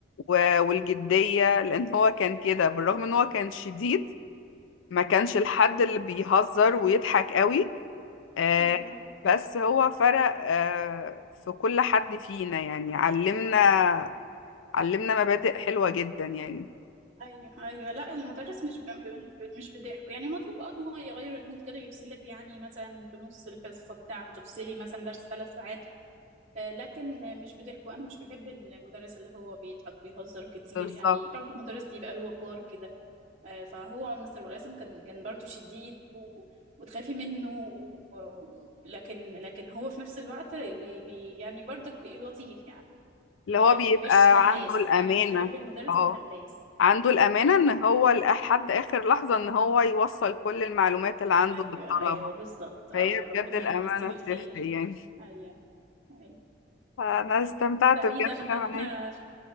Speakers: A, on the left (about 75°); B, on the right (about 35°).
A: و- والجدية لان هو كان كده بالرغم ان هو كان شديد ما كانش الحد اللي بيهزر ويضحك قوي آه،
B: أيوه
A: بس هو فرق آه، في كل حد فينا يعني علمنا علمنا مبادئ حلوة جدا يعني
B: ايوه ايوه لا المدرس مش ب... مش ب- مش بضحكه يعني مطلوب اه ان هو يغير المود كده يفصلك يعني مثلا في نص الحصه بتاع بتفصلي مثلا درس ثلاث ساعات آه، لكن مش بضحكه انا مش بحب المدرس اللي هو بيضحك ويهزر كتير
A: بالظبط
B: يعني برضه مدرس يبقى له وقار كده آه، فهو مستر القاسم كان كان برضه شديد و... وتخافي منه و... و- لكن لكن هو في نفس الوقت بي... بي... يعني برضك بي- لطيف يعني
A: اللي
B: لكن
A: هو بيبقى
B: مش هلاس
A: عنده الأمانة
B: انا مش بحب المدرس
A: اه
B: الهلاس
A: عنده الأمانة إن هو لحد آخر لحظة إن هو يوصل كل المعلومات اللي عنده
B: ايوه
A: للطلبة
B: ايوه بالظبط او
A: فهي
B: ربنا
A: بجد الأمانة
B: يمسيه بالخير
A: بتفرق يعني
B: ايوه ايوه
A: فأنا استمتعت
B: سعيده
A: بجد
B: بان
A: معاك
B: احنا